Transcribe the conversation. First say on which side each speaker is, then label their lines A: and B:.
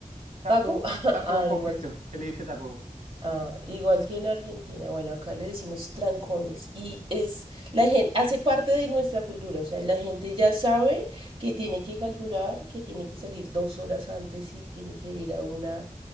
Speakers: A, on the right; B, on the right.
A: taco,
B: ¿Taco? <laughs>
A: taco
B: Ah,
A: congestión,
B: igual.
A: se le dice taco.
B: Ah, igual que en Argentina, bueno, acá le decimos trancones y es la gente hace parte de nuestra cultura, o sea, la gente ya sabe que tiene que calcular, que tiene que salir dos horas antes y tiene que ir a una